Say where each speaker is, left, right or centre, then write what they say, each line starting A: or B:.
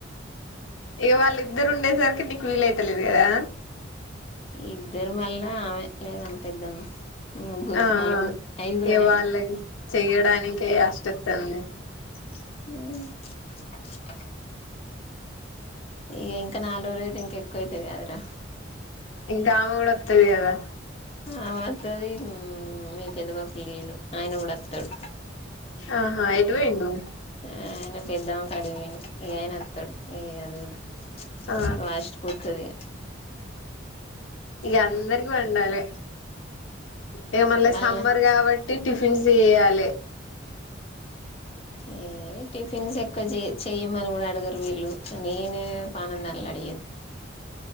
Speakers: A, on the left (about 85°); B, on the left (about 30°).
A: ఇగ వాళ్ళ ఇద్దరు ఉండేసరికి నీకు వీలయితలేదు కదా?
B: ఇద్దరు మళ్ళా ఆమె ఏదో పెద్దమ్మ ముగ్గురు
A: ఆ
B: నలుగురు
A: ఆ
B: ఐదుగురం
A: ఇగ
B: అయినం
A: వాళ్ళ చెయ్యడాననికిే యాస్ట ఒతంది
B: హ ఇగ ఇంకా నాలు రోజులు అయితే ఇంకా ఎక్కువ అయితాయి గదరా
A: ఇంకా ఆమె కూడా ఒతది కదా!
B: ఆ వత్తది మీ పెద్దవాప లేడు ఆయన కూడా ఒత్తడు
A: ఆహా ఎటు లేటువేండు
B: ఆ ఆయన పెద్దాం కాడికి వూయిండు ఇక ఆయన ఒతడు త్తడు ఇ అదూడు
A: ఆ
B: వాస్ట్పోూతది
A: ఇగ అందరికి వండాలి ఇక మళ్ళీ
B: మళ్ళా
A: సమ్మర్ కాబట్టి. టిఫిన్స్ చేయాలి
B: ఏ టిఫిన్స్ ఎక్కువ చే చెయ్యమని కూడా అడగరు వీళ్ళు నేనే పానందండాడి